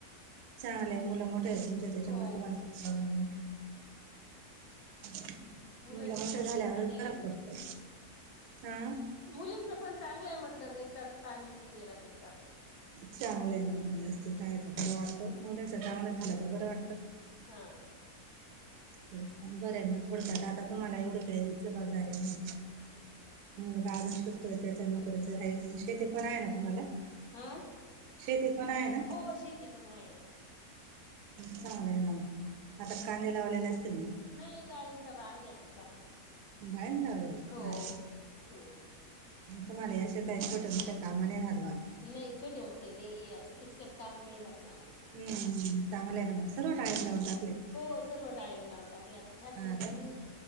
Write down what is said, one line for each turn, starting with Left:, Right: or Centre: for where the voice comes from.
Right: छान आहे मुलं मोठ्या आहे तुमच्या त्यांच्यामध्ये
Left: हो.
Right: तुम्हाला हम्म <unintelligible>
Left: मुलांचं
Right: मुलं मोठ
Left: काही
Right: झाल्यावर
Left: नाही चांगलं
Right: फरक
Left: आहे
Right: पडतो <unintelligible> हा
Left: मुलींच पण चांगलं आहे म्हटलं एकदा ताण मिटून गेला त्यांचा पण
Right: चांगलय मुलीचं
Left: हम्म.
Right: <unintelligible> आहे मुलीच चांगलं झालं तर बरं वाटत
Left: हा
Right: बरं हाय मग थोडक्यात आता तुम्हाला एवडी काय जबाबदारी नाही.
Left: हम,
Right: ा <unintelligible> शिकतोय त्याचा नोकरी शेती पण आहे ना तुम्हाला,
Left: हा
Right: शेती पण आहे ना?
Left: हो शेती पण आहेण
Right: चांगलं आहे ना, म आता कांदे लावलेले असतील ना?
Left: नाही डाळींबचा बाग हेय आमचा ह,
Right: डाळींब लावलेले
Left: हो
Right: अरे
Left: हम्
Right: तुम्हाला असे काय छोट्या मोठ्या कामा नाही राहात बा
Left: नाही छोटे मोठे नाहीयं असे किचकट काम नाही राहत मला
Right: हम्म चांगलं
Left: हम्म.
Right: हाय र मग, सर्व
Left: त्याच्या
Right: डाळींब लावून टाकलयं
Left: हो सर्व डाळिंब लावून टाकली, आता छाटणी
Right: अरे
Left: झाली